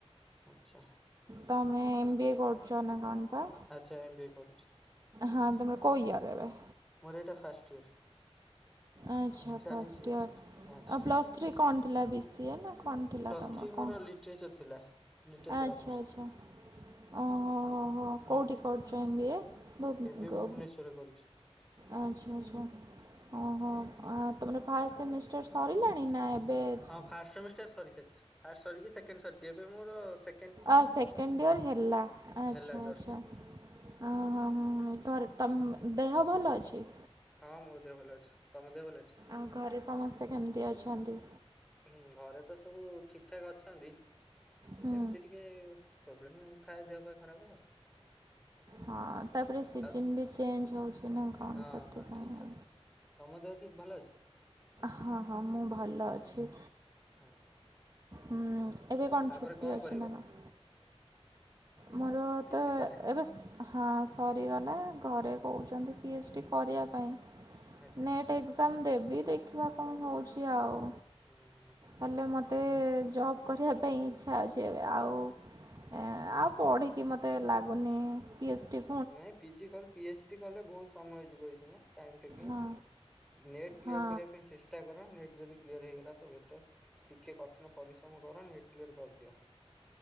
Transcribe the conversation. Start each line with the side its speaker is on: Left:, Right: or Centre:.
Centre: ଆଛା।
Right: ତମେ ଏମ୍ ବି ଏ କରୁଛ ନା କଣପା?
Centre: ଆଚ୍ଛା ଏମ ବି ଏ କରୁଛି।
Right: ହଁ ତମ କଉ ୟର ଏବେ?
Centre: ମୋର ଏଇଟା ଫାଷ୍ଟ ଇୟର।
Right: ଆଚ୍ଛା
Centre: ଚାଲିଛି
Right: first
Centre: M
Right: Year
Centre: B A. ଆଚ୍ଛା
Right: ଆଉ ପ୍ଲସ୍ ଥ୍ରୀ କଣ ଥିଲା ବି ସିଏ ନା କଣ ଥିଲା
Centre: ପ୍ଲସ୍
Right: ତମର
Centre: ଥ୍ରୀ
Right: କଣ?
Centre: ମୋର ଲିଟରେଚର ଥିଲା। ଲିଟରେଚର
Right: ଆଚ୍ଛା
Centre: ଅନର୍ସ।
Right: ଆଚ୍ଛା। ଓଁ ହଁ ହଁ ହଁ କେଉଁଠି କରୁଛ ଏମ ବି
Centre: ଏମ୍
Right: ଏ
Centre: ବି
Right: ଭୁବ
Centre: ମୁଁ
Right: ଗ
Centre: ଭୁବନେଶ୍ୱରରେ କରୁଛି।
Right: ଆଚ୍ଛା ଆଚ୍ଛା ଓହୋ
Centre: ହଁ।
Right: ଆ ତୁମର ଫାଷ୍ଟ ସେମିଷ୍ଟର୍ ସରିଲାଣି ନା ଏବେଜ
Centre: ହଁ ଫାଷ୍ଟ ସେମିଷ୍ଟାର୍ ସରି ସାରିଛି ଫାଷ୍ଟ ସରିକି ସେକେଣ୍ଡ ସରିଛି ଏବେ ମୋର ସେ
Right: ଆ ସେକେଣ୍ଡ ଇୟର୍ ହେଲା ଆଚ୍ଛା
Centre: ହେଲା ଜଷ୍ଟ।
Right: ଆଚ୍ଛା। ହଁ ହଁ ହଁଁ ଘରେ ତମ ଦେହ ଭଲ ଅଛି?
Centre: ହଁ ମୁଁ ଦେହ ବୋଲି ଅଛି ତମେ ଦେହ ଭଲ ଅଛି।
Right: ଆଉ ଘରେ ସମସ୍ତେ କେମିତି ଅଛନ୍ତି?
Centre: ହୁଁ ଘରେ ତ ସବୁ ଠିକ ଠାକ ଅଛନ୍ତି
Right: ହୁଁ
Centre: ଏମିତି ଟିକେ ପ୍ରୋବ୍ଲେମ୍ ଏମତି ଥାଏ ଦେହପା ଖରାପ ଆଉ।
Right: ହଁ ତାପରେ ସିଜନ୍
Centre: ଆଉ
Right: ବି ଚେଞ୍ଜ ହଉଛି ନା କଣ
Centre: ହଁ
Right: ସେଥିପାଇଁ
Centre: ହଁ ଠିକ ତମ ଦେହ ଠିକ ଭଲ ଅଛି।
Right: ହଁ ହଁ ମୁଁ ଭଲ ଅଛି।
Centre: ଆଚ୍ଛା।
Right: ହ ଏବେ କଣ
Centre: ତାପରେ
Right: ଛୁଟି ଅଛି
Centre: କରିବ
Right: ନା କଣ? ମୋର
Centre: ପିଜି
Right: ତ
Centre: ପରେ?
Right: ଏବେସ ହଁ ସରିଗଲା ଘରେ କହୁଛନ୍ତି ପି ଏଚ୍ ଡି କରିବା ପାଇଁ
Centre: ଆଚ୍ଛା।
Right: ନେଟ୍ ଟେ ଏକଜାମ ଦେବି ଦେଖିବା କଣ ହେଉଛି ଆଉ।
Centre: ହୁଁ ହଁ।
Right: ହେଲେ ମୋତେ ଜବ୍ କରିବା ପାଇଁ ଇଚ୍ଛା ଅଛି ଏବେ ଆଉ ଏ ଆଉ ପଢ଼ିକି ମୋତେ ଲାଗୁନି ପି ଏଚ୍ ଡ଼ି
Centre: ନାଇଁ ପିଜି କର ପି ଏସ କଲେ ବହୁତ ସମୟ ହେଇଯିବ ଏଇକିନା ଟାଇମ ଟେକି
Right: ହଁ
Centre: ନେଟ୍ କ୍ଳିଅର
Right: ହଁ
Centre: କରିବା ପାଇଁ ଚେଷ୍ ଚେଷ୍ଟା କର ନେଟ୍ ଯଦି କ୍ଲିୟର ହେଇଗଲା ତ ବେଟର ଟିକେ କଠିନ ପରିଶ୍ରମ କର ନେଟ୍ କ୍ଲିୟର କରିଦିଅ।